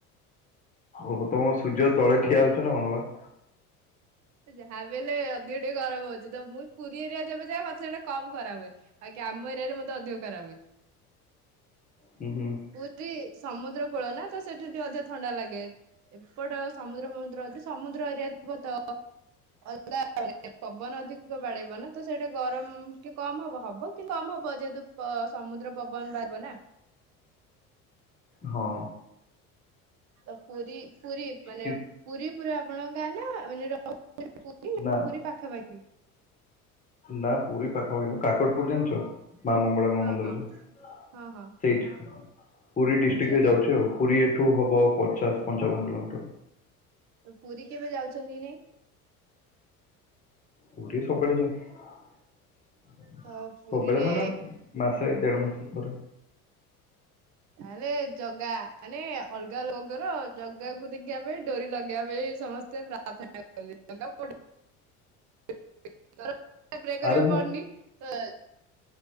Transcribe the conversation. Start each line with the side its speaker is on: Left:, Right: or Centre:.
Left: ଓହୋ ତମ ସୂର୍ଯ୍ୟ ତଳେ ଠିଆ ହଉଛ ନା କଣ ବା।
Right: ଯାହାବି ହେଲେ ଅଧିକ ଟିକେ ଗରମ ହଉଛି। ତ ମୁଁ ପୁରୀ ଏରିଆ ଯେବେ ଯାଏ ମତେ ସେଇଟା କମ ଖରା ହୁଏ। ଆଜ୍ଞା ଆମ ଏରିଆରେ ମତେ ଅଧିକ ଖରା ହୁଏ।
Left: ହୁଁ ହୁଁ
Right: ପୁରୀ ସମୁଦ୍ର କୂଳ ନା ତ ସେଠି ଟିକିଏ ଅଧିକ ଥଣ୍ଡା ଲାଗେ। ଏପଟ ସମୁଦ୍ର ଫମୁଦ୍ର ଅଛି ସମୁଦ୍ର ଏରିଆ ଥିବ ତ <unintelligible> ପବନ ଅଧିକ ବାଡେଇବ ନା ତ ସେଇଟା ଗରମ କି କମ ହବ ହବ କି କମ ହବ ଯେହେତୁ ପ ସମୁଦ୍ର ପବନ ବାରିବ ନା।
Left: ହଁ।
Right: ତ ପୁରୀ ପୁରୀ ମାନେ
Left: କି-
Right: ପୁରୀ ପୁରା ଆପଣଙ୍କ ଗାଆଁ ନା <unintelligible>
Left: ନା।
Right: ପୁରୀ ପାଖାପାଖି।
Left: ନା ପୁରୀ ପାଖାପାଖି ନୁ କାକଟପୁର ଜାଣିଛ ମା ମଙ୍ଗଳା ମାଆ
Right: ହଁ
Left: ମନ୍ଦିର
Right: ହଁ
Left: ଯୋଉ
Right: ହଁ ହଁ
Left: ସେଇଠି ପୁରୀ ଡିଷ୍ଟିକରେ
Right: ଆଚ୍ଛା ତ
Left: ଯାଉଛି ଆଉ ପୁରୀ ଠୁ ହବ ପଚାଶ ପଞ୍ଚାବନ କିଲୋମିଟର।
Right: ତ ପୁରୀ କେବେ ଯାଉଛନ୍ତି କି ନାଇଁ?
Left: ପୁରୀ ସବୁବେଳେ ଯାଏ। ସବୁବେଳେ
Right: ତ ପୁରୀରେ
Left: ମାନେ ମାସେ ଦେଢ ମାସ ପରେ।
Right: ତାହେଲେ ଜଗା ମାନେ ଅଲଗା ଲୋକର ଜଗାକୁ ଦେଖିବା ପାଇଁ ଡୋରି ଲଗେଇବା ପାଇଁ ସମସ୍ତେ <unintelligible> <unintelligible> ପ୍ରେ କରିବାକୁ
Left: ଆରେ ମୁଁ
Right: ପଡୁନି। ତ